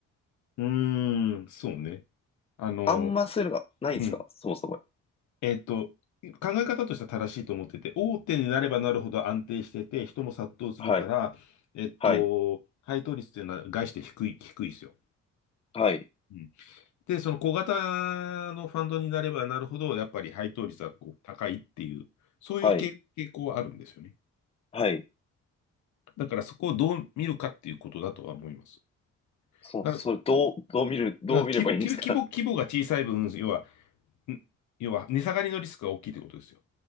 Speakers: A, on the left (about 70°); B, on the left (about 20°).
A: うーん、そうね。あの、
B: あんまそういうのがないんですかそもそも。
A: うん。えっと、考え方としては正しいと思ってて、大手になればなるほど安定してて、人も殺到するから、
B: はい、
A: えっと、
B: はい、
A: 配当率っていうのは概して低い、低いですよ。
B: はい、
A: うん、で、その小型のファンドになればなるほど、やっぱり配当率はこう高いっていう、そういう傾傾向はあるんですよね。
B: はい、はい。
A: だからそこをどう見るかっていうことだとは思います。
B: そう、
A: だから、
B: それどう、
A: だか
B: どう見る、どう見ればいいんですか
A: ら規模、規模、規模が小さい分、要は、ん要は値下がりのリスクが大きいということですよ。